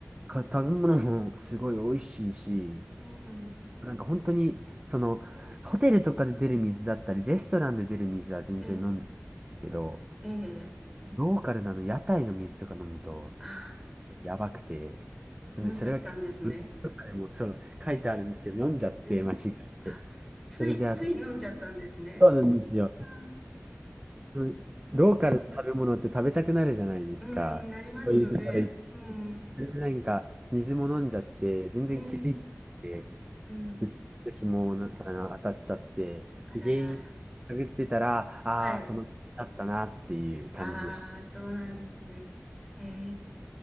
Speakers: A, on the right (about 20°); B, in the centre.
A: か、食べ物もすごい美味しいし、
B: うん、
A: なんか本当に、その、ホテルとかで出る水だったり、レストランで出る水は全然飲んでるんですけど、
B: ええ、ええ、
A: ローカルなの屋台の水とか飲むと、
B: あ、
A: やばくて、
B: 飲んじゃったんですね。
A: なんでそれが結構文化でもそう、書いてあるんですけど、読んじゃって、
B: ええ、
A: 間違えて。
B: あ、つい、
A: それで、
B: つい飲んじゃったんですね。
A: あとそうなんですよ。
B: ああ、
A: そのローカルの食べ物って食べたくなるじゃないですか。
B: うん、うん、なりますよね。
A: そういうところ行って
B: うん、
A: それでなんか、水も飲んじゃって、全然気づいてなくて、
B: うん、うん。
A: で、次の日もな、あの、当たっちゃって、
B: あららあら。
A: で原因探ってたら、ああー、
B: はい。
A: その、だったなっていう感じでした。
B: ああ、そうなんですね。ええ